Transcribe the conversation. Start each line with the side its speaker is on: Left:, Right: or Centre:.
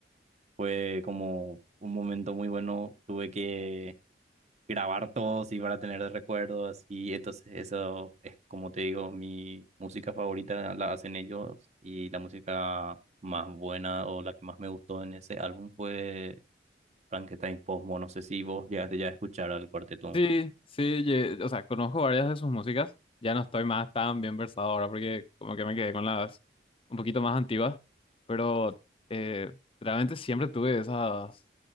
Right: fue como un momento muy bueno. Tuve que grabar todos y para tener de recuerdos. Y entonces eso es, como te digo, mi música favorita la hacen ellos y la música más buena o la que más me gustó en ese álbum fue Frankenstein Posmo. No sé si vos llegaste ya a escuchar al cuarteto.
Left: Sí, sí, lle- o sea, conozco varias de sus músicas. Ya no estoy más tan bien versado ahora porque como que me quedé con las un poquito más antiguas, pero eh, realmente siempre tuve esas,